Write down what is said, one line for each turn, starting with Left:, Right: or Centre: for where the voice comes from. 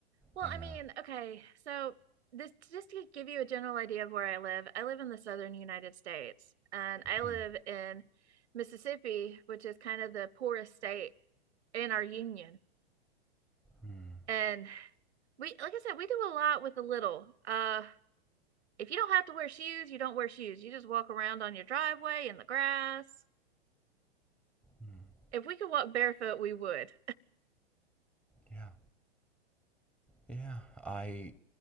Right: Well,
Centre: Yeah.
Right: I mean, okay. So this just to give you a general idea of where I live. I live in the southern United States, and I live
Centre: Mm,
Right: in Mississippi, which is kind of the poorest state in our union.
Centre: mm,
Right: And we, like I said, we do a lot with a little. Uh, if you don't have to wear shoes, you don't wear shoes. You just walk around on your driveway in the grass.
Centre: mm.
Right: If we could walk barefoot, we would.
Centre: Yeah. Yeah, I